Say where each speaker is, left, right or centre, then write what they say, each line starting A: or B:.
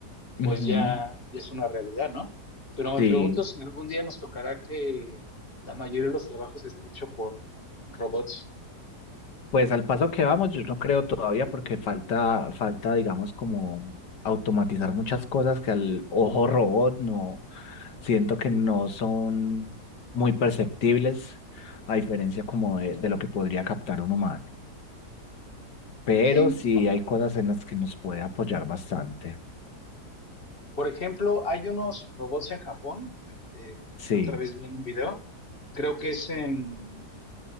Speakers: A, on the left; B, on the left.
A: ujú,
B: pues ya, ya es una realidad, ¿no? Pero me
A: sí.
B: pregunto si algún día nos tocará que la mayoría de los trabajos esté hecho por robots.
A: Pues al paso que vamos, yo no creo todavía porque falta, falta, digamos, como automatizar muchas cosas que al ojo robot no, siento que no son muy perceptibles, a diferencia como de, de lo que podría captar un humano. Pero
B: Sí,
A: sí hay cosas en las que nos puede apoyar bastante.
B: Por ejemplo, hay unos robots en Japón, eh,
A: Sí.
B: la otra vez vi en un video, creo que es en,